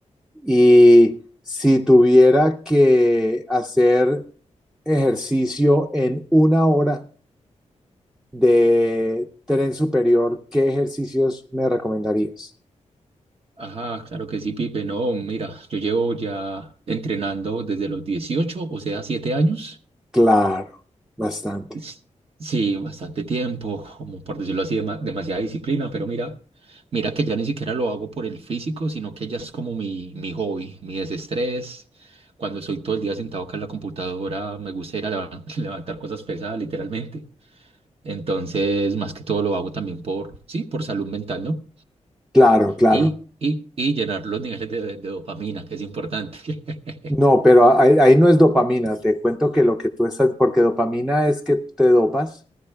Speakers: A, in the centre; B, on the right.
A: Y si tuviera que hacer ejercicio en una hora, de tren superior, ¿qué ejercicios me recomendarías?
B: Ajá, claro que sí, Pipe. No, mira, yo llevo ya entrenando desde los 18, o sea, 7 años.
A: Claro, bastante.
B: S- Sí, bastante tiempo, como por decirlo así, dema- demasiada disciplina, pero mira, mira que ya ni siquiera lo hago por el físico, sino que ya es como mi, mi hobby, mi desestrés. Cuando estoy todo el día sentado acá en la computadora, me gusta ir a levan- <laughs> levantar cosas pesadas, literalmente. Entonces, más que todo lo hago también por, sí, por salud mental, ¿no?
A: Claro, claro.
B: y, y, y llenar los niveles de, de dopamina, que es importante. <laughs>
A: No, pero ahí, ahí no es dopamina. Te cuento que lo que tú estás, porque dopamina es que te dopas